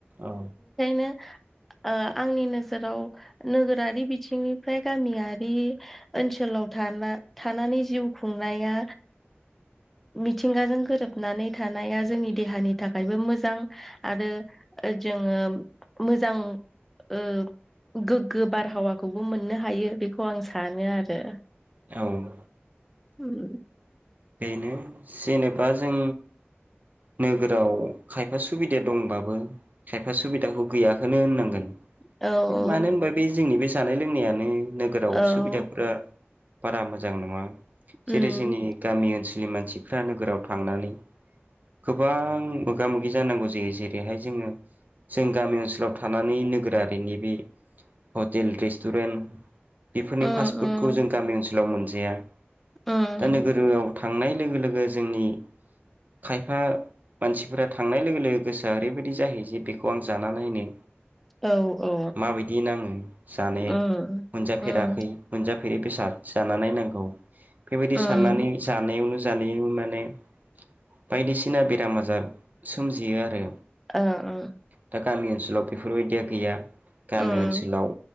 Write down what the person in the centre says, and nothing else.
बिदिनो ओ आंनि नोजोराव नोगोरारि बिथिंनिफ्राय गामियारि ओनसोलाव थाना थानानै जिउ खुंनाया मिथिंगाजों गोरोबनानै थानाया जोंनि देहानि थाखायबो मोजां आरो जोङो मोजां ओ गोग्गो बारहावाखौबो मोननो हायो बेखौ आं सानो आरो
ओम
औ
औ
उम
उम
उम
उम
औ औ
उम
उम
उम
ओ ओ
उम